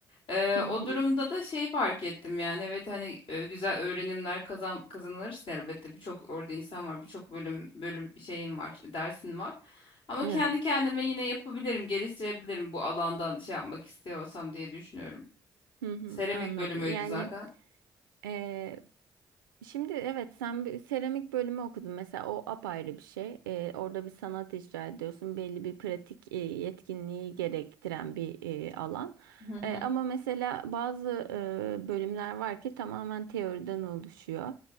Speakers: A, on the left; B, on the right.
A: Ee,
B: Hı hı.
A: o durumda da şey fark ettim yani evet hani e, güzel öğrenimler kazan kazanırsın elbette. Birçok orada insan var, birçok bölüm bölüm şeyin var, dersin var. Ama
B: Evet.
A: kendi kendime yine yapabilirim, geliştirebilirim bu alandan şey yapmak istiyorsam diye düşünüyorum.
B: Hı hı.
A: Seramik
B: Anladım.
A: bölümüydü
B: Yani
A: zaten.
B: Ee, Şimdi evet sen bir seramik bölümü okudun mesela o apayrı bir şey. Ee, orada bir sanat icra ediyorsun. Belli bir pratik e, yetkinliği gerektiren bir e, alan.
A: Hı hı.
B: E, ama mesela bazı e, bölümler var ki tamamen teoriden oluşuyor.